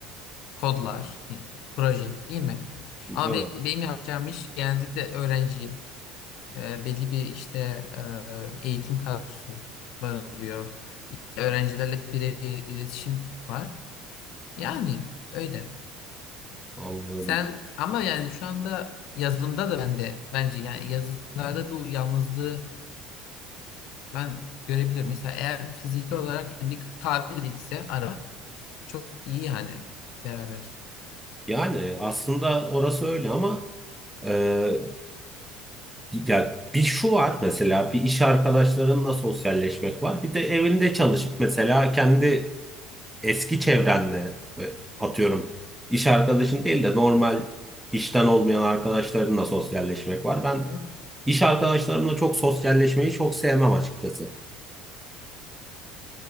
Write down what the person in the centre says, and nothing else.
Evet,
anladım.
Yani aslında orası öyle ama e, ya bir şu var mesela bir iş arkadaşlarınla sosyalleşmek var. Bir de evinde çalışıp mesela kendi eski çevrenle ve atıyorum iş arkadaşın değil de normal işten olmayan arkadaşlarınla sosyalleşmek var. Ben
iş arkadaşlarımla çok sosyalleşmeyi çok sevmem açıkçası.